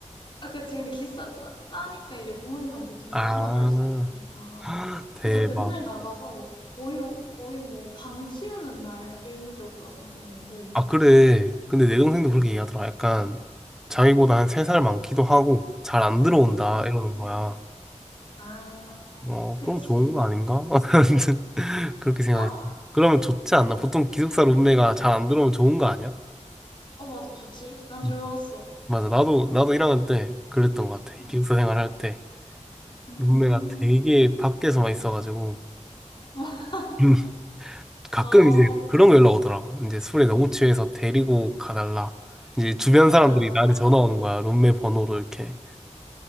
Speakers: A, on the left; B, in the centre.
A: 아, 그치. 근데 기숙사가 싸, 싸니까 이제 부모님한테 동거한다고
B: 아,
A: 할 수 있으니까.
B: 대박.
A: 그래서 맨날 나가서 뭐 거의, 거의 뭐 방 치우는 날 의무적으로 한번 오고.
B: 아, 그래. 근데 내 동생도
A: 음,
B: 그렇게 얘기하더라. 약간, 자기보다 한 세 살 많기도 하고, 잘 안 들어온다,
A: 음,
B: 이러는 거야.
A: 아,
B: 어,
A: 그치.
B: 그럼 좋은 거 아닌가? <laughs> 아무튼 그렇게 생각했어.
A: 어?
B: 그러면 좋지 않나? 보통 기숙사 룸메가 잘 안 들어오면 좋은 거 아니야?
A: 어, 맞아. 좋지. 난
B: 음.
A: 좋았어.
B: 맞아. 나도, 나도 1학년 때 그랬던 것 같아.
A: 음,
B: 기숙사 생활할 때.
A: 음,
B: 룸메가 되게
A: 음,
B: 밖에서만 있어가지고.
A: <laughs>
B: <laughs> 가끔
A: 어,
B: 이제 그런 거 연락 오더라. 이제 술에 너무 취해서 데리고 가달라. 이제 주변 사람들이
A: 아.
B: 나한테 전화 오는 거야. 룸메 번호로 이렇게.